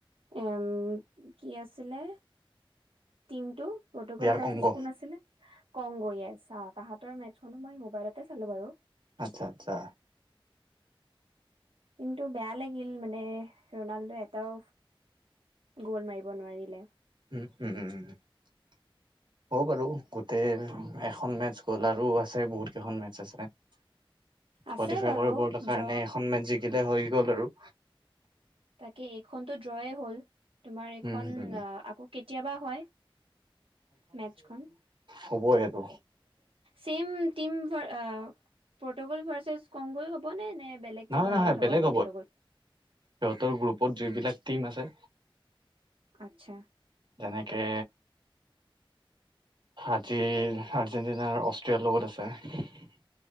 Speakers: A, on the right (about 75°); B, on the right (about 55°).
A: এম কি আছিলে টিমটো পৰ্টুগোল
B: দিয়াৰ
A: ভাৰ্চিছিচ
B: কংগ
A: কোন আছিলে কংগু ইয়েছ অ তাহাঁতৰ মেতচখনো মই মোবাইলতে চালো বাৰু।
B: আচ্ছা আচ্ছা
A: কিন্তু বেয়া লাগিল মানে ৰনাল্ডো এ এটাও গোল মাৰিব নোৱাৰিলে
B: উম হম উম <inaudible> হ'ব বাৰু গোটেই এখন মেতচ গ'ল আৰু আছে বহুত কেইখন মেতচ আছে কোৱালিফাই
A: আছে বাৰু
B: কৰিবৰ কাৰণে
A: ড্ৰ
B: এখন মেতচ জিকিলে হৈ গ'ল আৰু
A: তাকে এইখন টো ড্ৰয়ে হ'ল তোমাৰ এইখন
B: উম, উম,
A: আকৌ কেতিয়াবা হয় মেতচ খন
B: হ'ব সেইটো
A: চেম টিম আ পৰ্টুগোল ভাৰ্চেছ কংগুৱে হ'ব নে নে বেলেগ
B: নহয়
A: টিমৰ
B: নহয়
A: লগত
B: বেলেগ
A: হ'ব এইবাৰ পৰ্টুগোল
B: সিহঁতৰ গ্ৰুপত যিবিলাক টিম আছে।
A: আচ্ছা
B: যেনেকে আজি আৰ্জেণ্টিনাৰ অষ্ট্ৰিয়াৰ লগত আছে।